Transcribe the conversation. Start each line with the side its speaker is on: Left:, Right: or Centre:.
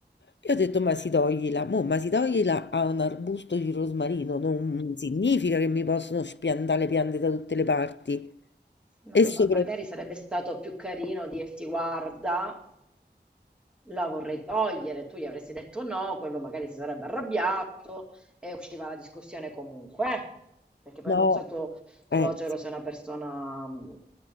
Left: Io ho detto, ma si toglila, mo, ma si toglila a un arbusto di rosmarino, non significa che mi possono spiantare le piante da tutte le parti.
Centre: no,
Left: E soprattutto,
Centre: ma magari sarebbe stato più carino dirti: Guarda, la vorrei togliere. Tu gli avresti detto no, quello magari si sarebbe arrabbiato e usciva la discussione comunque. eh. Perché poi
Left: no,
Centre: non so tuo suocero
Left: eh,
Centre: se è una persona mm,